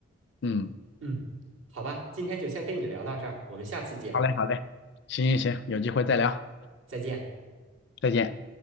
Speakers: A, on the left; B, on the right.
A: 嗯，
B: 嗯，好吧，今天就先跟你聊到这儿，我们下次见，
A: 好嘞，好嘞，行行行，有机会再聊，
B: 再见。
A: 再见。